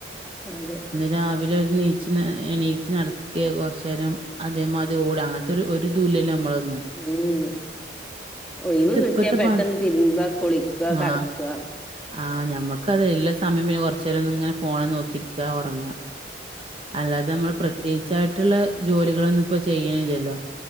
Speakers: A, in the centre; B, on the right.
A: ആതെ
B: രാവിലെ ഒരുനീച്ച് എണീച്ച് നടക്കെ കൊർച്ചേരം അതേ മാതി ഓടാ ആ ത്തൊരു ഒരു ദൂല്ലല്ലൊ അമ്മളൊന്നും
A: ഊ ഉം ഒഴിവ് കിട്ട്യാ
B: ഇപ്പത്തെ
A: പെട്ടെന്ന്
B: പണി
A: തിര്മ്പാ കുളിക്കാ
B: ആഹ്.
A: കെടക്കാ
B: ആഹ് ഞമ്മക്കത് ള്ള സമയം പിന്ന കൊർച്ചേര ഒന്ന്ങ്ങന ഫോണ് നോക്കിരിക്കാ ഒറങ്ങ അല്ലാതെമ്മൾ പ്രത്യേയിച്ചായിട്ട്ള്ള ജോലികളൊന്നുപ്പ ചെയ്യായ്ല്ലല്ലൊ